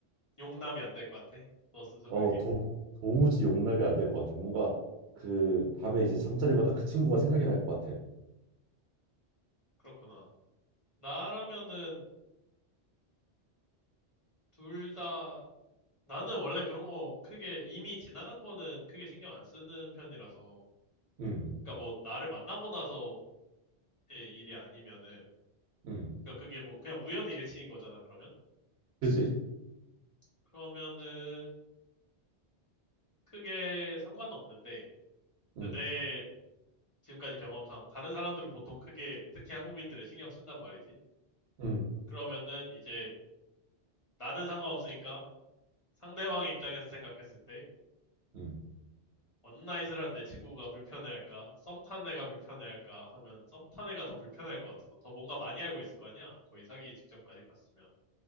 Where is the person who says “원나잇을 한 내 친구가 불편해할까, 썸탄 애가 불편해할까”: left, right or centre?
Left